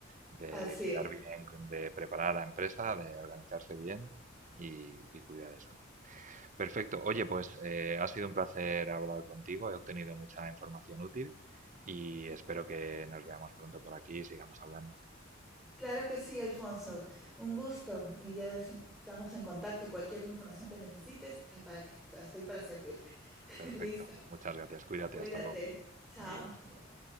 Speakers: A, on the right; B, in the centre.
A: de
B: así
A: quedar
B: es.
A: bien, de preparar a la empresa, de organizarse bien y, y cuidar eso. Perfecto. Oye, pues eh, ha sido un placer hablar contigo. He obtenido mucha información útil y espero que nos veamos pronto por aquí y sigamos hablando.
B: Claro que sí, Alfonso. Un gusto y ya se- estamos en contacto y cualquier información que necesites, ah, para que, estoy para servirte. <laughs>
A: Perfecto.
B: Listo.
A: Muchas gracias. Cuídate.
B: Cuídate.
A: Hasta luego.
B: Chao.
A: Adiós.
B: Hasta luego.